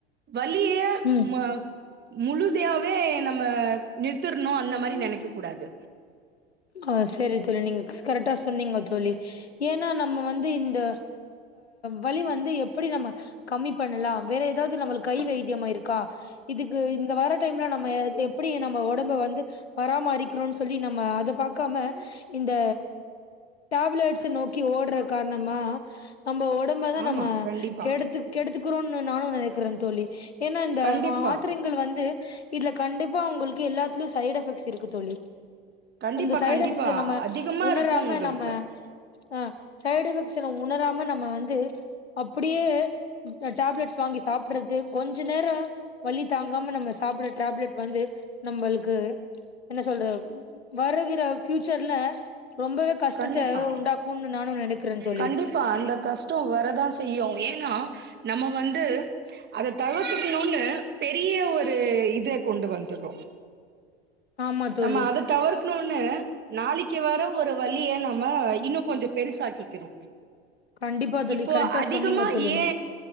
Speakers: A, on the right; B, on the left.
A: வலிய
B: ம்
A: ம முழுதையாவே நம்ம நிறுத்திற்ணும் அந்த
B: ஆ
A: மாதிரி நனைக்க கூடாது
B: ஆ செரி தோழி நீங்க கரெக்ட்டா சொன்னீங்க தோழி ஏன்னா நம்ம வந்து இந்த வழி வந்து எப்படி நம்ம கம்மிப் பண்ணலாம் வேற ஏதாவது நம்மளுக்கு கை வைத்தியமா இருக்கா இதுக்கு இந்த வர டைம்ல நம்ம எப்படி நம்ம ஒடம்ப வந்து பராமரிக் குனு சொல்லி நம்ம அத பாக் இந்த டேப்லெட்ஸ் நோக்கி ஓடுற காரணமா நம்ப ஒடம்பதா நம்ம
A: ஆமா, கண்டிப்பா.
B: கெடுத் கெடுத்து குறோனு நானு நெனைக் கிறென் தோழி ஏன்னா இந்த
A: கண்டிப்பா.
B: மாத்திரைங்கள் வந்து இதுல கண்டிப்பா உங்களுக்கு எல்லாத்துலயு சைட் எஃபெக்ட்ஸ் இருக்கு தோழி
A: கண்டிப்பா,
B: அந்த சைடு
A: கண்டிப்பா.
B: எஃபெக்ட்ஸ் நம்ம
A: அதிகமா
B: உணராம
A: இருக்கும் உங்களுக்கு.
B: நம்ம அ சைடு எஃபெக்ட்ஸ் உணராம நம்ம வந்து அப்படியே டேப்லெட்ஸ் வாங்கி சாப்டுறது கொஞ் நேர வலி தாங்காம நம்ம டேப்லெட் டேப்லெட் வந்து நம்மளுக்கு என்ன சொல்ற வருகிற ஃபியூச்சர்ல ரொம்பவே கஷ்டத்த
A: கண்டிப்பா
B: உண்டாக்கும்னு நானும் நினைக்கிறேன் தோழி
A: கண்டிப்பா அந்த கஷ்டோ வரதா செய்யு ஏன்னா நம்ம வந்து அத தவுத்துறன்னு பெரிய ஒரு இத கொண்டு வந்துடுறோ
B: ஆமா தோழி
A: நம்ம அதை தவிர் ஏ நாளைக்கு வர ஒரு வழிய நம்ம இன்னும் கொஞ்சம் பெருசாக்கிக்கிறோம்
B: கண்டிப்பா தோழி
A: இப்போ
B: கரெக்டா
A: அதிகமா
B: சொன்னீங்க தோழி
A: ஏ
B: நீங்க